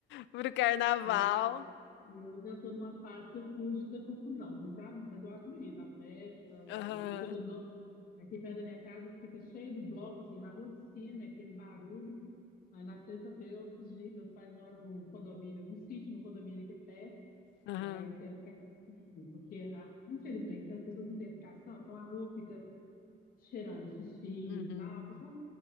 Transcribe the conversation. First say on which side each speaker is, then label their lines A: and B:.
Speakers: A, on the left (about 80°); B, on the left (about 50°).
A: pro carnaval.
B: Eu, eu já estou numa fase que eu fujo da confusão, vocês sabem? Mas eu acho bonita a festa.
A: Aham,
B: Eu, Belo Horizonte, aqui perto da minha casa, fica cheio de bloco, assim, na rua de cima, aquele barulho. Mas na sexta-feira eu fugi, meus pais moram num condomínio, num sítio, num condomínio aqui perto.
A: aham.
B: Lá eu quero ficar quietinha aqui, porque, ah, infelizmente, né, as pessoas não têm educação, então a rua fica cheirando a xixi
A: Uhum.
B: e tal. Pessoal,